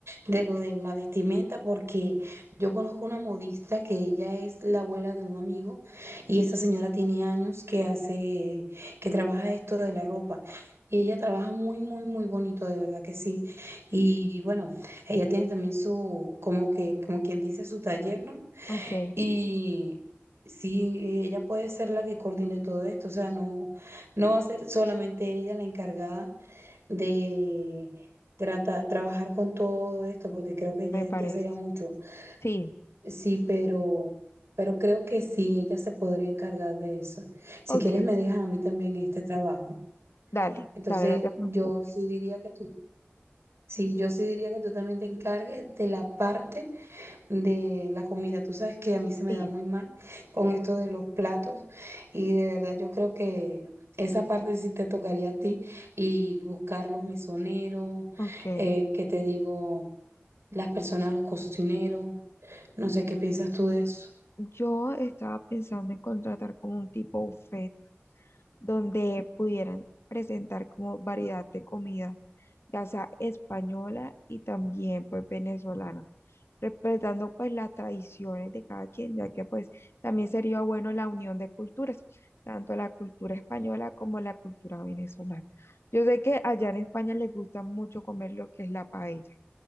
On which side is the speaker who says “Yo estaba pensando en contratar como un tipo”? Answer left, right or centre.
Left